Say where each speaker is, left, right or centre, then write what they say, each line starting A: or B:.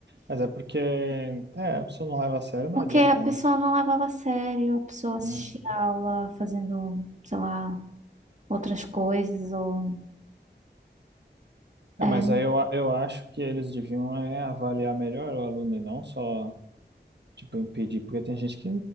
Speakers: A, on the right; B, on the right.
A: mas é porque é, a pessoa não leva a sério, não
B: Porque
A: adianta,
B: a pessoa
A: né?
B: não levava a sério, a pessoa assistia
A: Uhum.
B: a aula fazendo, sei lá, outras coisas, ou...
A: É,
B: É,
A: mas aí eu, eu acho que eles deviam é, avaliar melhor o aluno e não só, tipo, impedir, porque tem gente que,